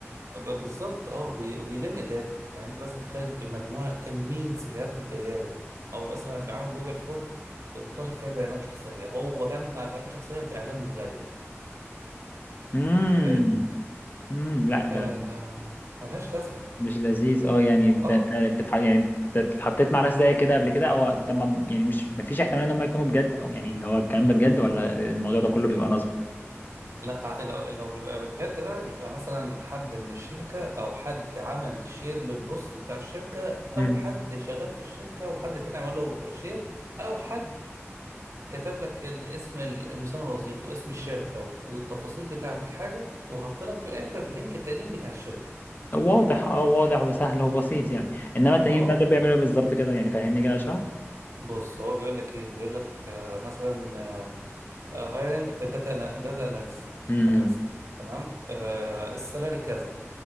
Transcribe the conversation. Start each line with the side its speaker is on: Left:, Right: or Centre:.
Right: ب- بالظبط اه بي- وبيلم داتا يعني انت بس تخيل مجموعه كميه سيفيهات بتجيله له او مثلا بيعمل جوجل فورم ب- وطالب فيها بيانات شخصيه هو جمع بيانات شخصيه باعلام مزيف
Left: امم
Right: متخيل
Left: امم لا
Right: فما
Left: ده
Right: ملهاش لازمه
Left: مش لذيذ اه يعني ده
Right: اه
Left: ده بتح... يعني أنت اتحطيت مع ناس زي كده قبل كده او تمام يعني مش مفيش احتمال ان هم يكونوا بجد او يعني اللي هو الكلام ده بجد ولا الموضوع ده كله بيبقى نصب
Right: لا ع- لو لو بيبقى بجد بقى بيبقى مثلا حد من الشركة أو حد عمل شير للبوست بتاع الشركة أو
Left: امم
Right: حد شغال في الشركة وحد تاني عمل له شير أو حد كتب لك الاسم ال- المسمى الوظيفي واسم الشركة وب- والتفاصيل بتاعة الحاجة وحط لك في الآخر لينك التقديم بتاع الشركة
Left: واضح اه واضح وسهل وبسيط يعني انما التانيين
Right: اه
Left: بقى دول بيعملوا ايه بالظبط كده يعني فهمني كده اشرح
Right: بص هو بيقول لك ايه بيقول لك آه، مثلا هايرنج داتا داتا اناليست
Left: امم
Right: اناليست تمام آه، السالري كذا